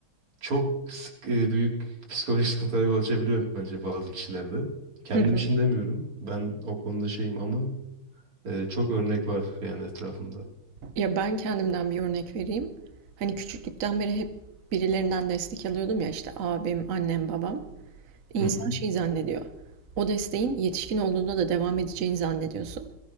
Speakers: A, on the right; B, on the right.
A: çok sık- e, büyük psikolojik sıkıntılara yol açabiliyor bence bazı kişilerde. Kendim
B: <laughs>
A: için demiyorum. Ben o konuda şeyim ama e, çok örnek var yani etrafımda.
B: Ya ben kendimden bir örnek vereyim. Hani küçüklükten beri hep birilerinden destek alıyordum ya işte abim, annem, babam. İnsan
A: Hı hı.
B: şey zannediyor. O desteğin yetişkin olduğunda da devam edeceğini zannediyorsun.